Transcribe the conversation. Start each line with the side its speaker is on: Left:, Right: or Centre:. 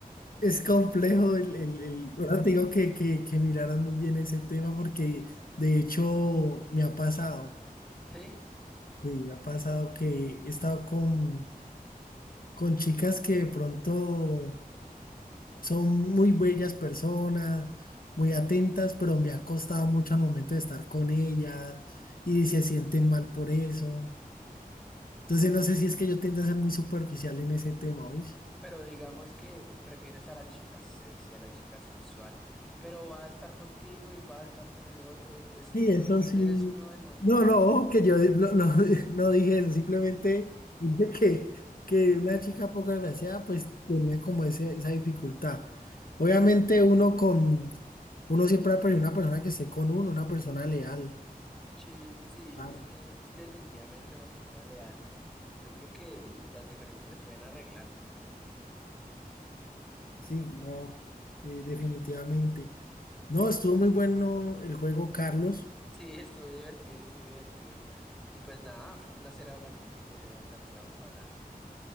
Left: es complejo el, el, el- ahora te digo que, que, que miraras muy bien ese tema porque de hecho me ha pasado,
Centre: sí,
Left: sí, me ha pasado que he estado con, con chicas que de pronto Son muy bellas personas, muy atentas, pero me ha costado mucho al momento de estar con ellas y se sienten mal por eso. Entonces no sé si es que yo tiendo a ser muy superficial en ese tema, ¿oís?
Centre: pero digamos que prefieres a la chica sexy, a la chica sensual, pero va a estar contigo y va a estar con el otro y pues
Left: Sí,
Centre: tú
Left: eso
Centre: al fin
Left: sí.
Centre: eres uno del montón.
Left: No, no, que yo no, no, <laughs> no dije eso, simplemente dije que, que una chica poco agraciada pues tenía como ese, esa dificultad. Obviamente uno con, uno siempre va a preferir una persona que esté con uno, una persona leal.
Centre: Sí, sí, yo
Left: Claro.
Centre: sí, eh, es definitivamente una persona leal. Yo creo que el- las diferencias se pueden arreglar.
Left: Sí, no, eh, definitivamente. No, estuvo muy bueno el juego, Carlos.
Centre: Sí, <laughs> estuvo divertido, estuvo divertido. Y pues nada, fue un placer hablar contigo, Jonathan. Estamos hablando.